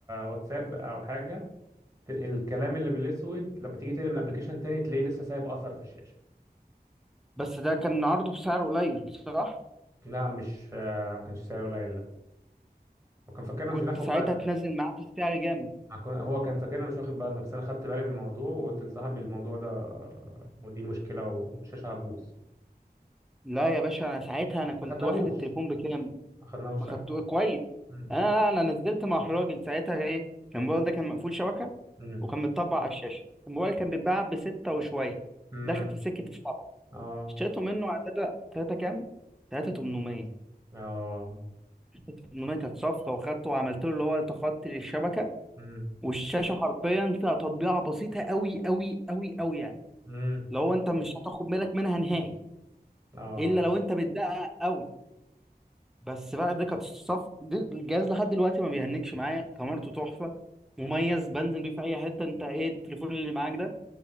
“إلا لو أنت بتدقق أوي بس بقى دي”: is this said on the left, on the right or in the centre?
Centre